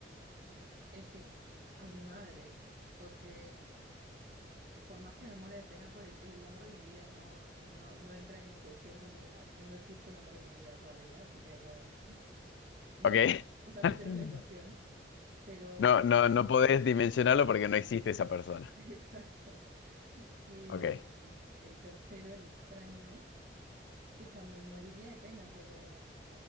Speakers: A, on the right (about 50°); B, on the left (about 80°).
A: es que a mi madre, porque Por más que me muera de pena por el, el amor de mi vida, no, no, no entra en cuestión porque ah, no existe un amor de mi vida todavía, así que no, no,
B: ¿eh?
A: no vamos a meter
B: Ok. <laughs>
A: a la ecuación. Pero
B: No,
A: con-
B: no, no podés
A: que me da-
B: dimensionarlo porque no existe esa persona.
A: <laughs> Exacto. Y
B: Ok.
A: el tercero, el extraño, pucha, me moriría de pena, pero